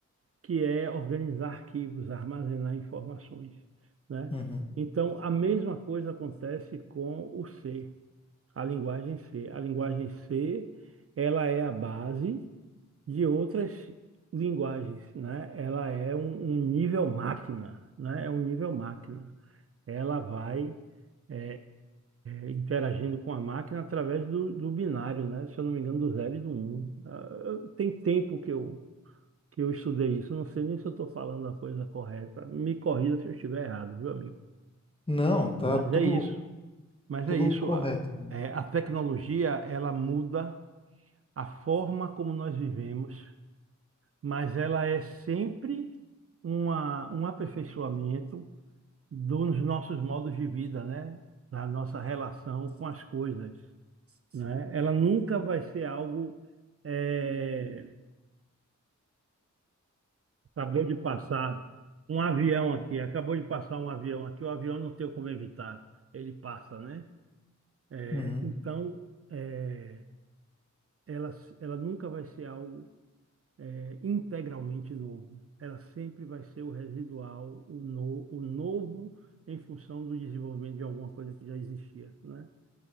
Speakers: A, on the right; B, on the left.
A: que é organizar arquivos, armazenar informações, né?
B: uhum.
A: Então, a mesma coisa acontece com o ser. A linguagem C. A linguagem C, ela é a base de outras linguagens, né? Ela é um, um nível máquina, né? É um nível máquina. Ela vai é, é, é, interagindo com a máquina através do, do binário, né? Se eu não me engano, do zero e do um. Ah, eu- Tem tempo que eu, que eu estudei isso. Não sei nem se eu estou falando a coisa correta. Me corrija se eu estiver errado, viu, amigo?
B: Não, tá
A: Mas
B: tudo,
A: é isso. Mas
B: tudo
A: é isso.
B: correto.
A: A-
B: cara.
A: É, a tecnologia, ela muda a forma como nós vivemos, mas ela é sempre uma, um aperfeiçoamento dos nossos modos de vida, né? Da nossa relação com as coisas, né? Ela nunca vai ser algo, eh, acabou de passar um avião aqui, acabou de passar um avião aqui, o avião não tem como evitar, ele passa, né? Eh,
B: Uhum.
A: então, eh, ela, ela nunca vai ser algo é, integralmente novo. Ela sempre vai ser o residual, o, no, o novo em função do desenvolvimento de alguma coisa que já existia, né?